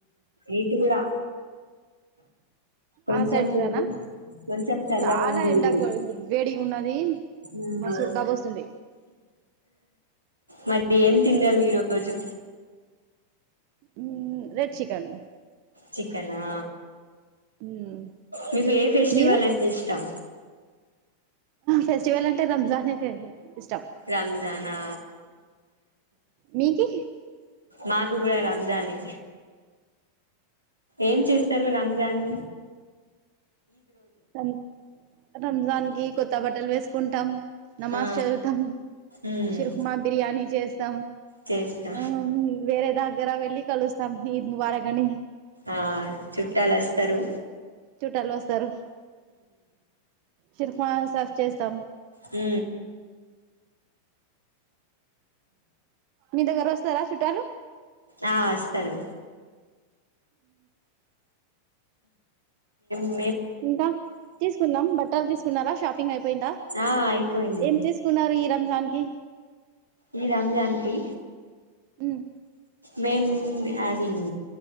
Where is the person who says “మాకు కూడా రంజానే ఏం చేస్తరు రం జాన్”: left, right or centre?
Right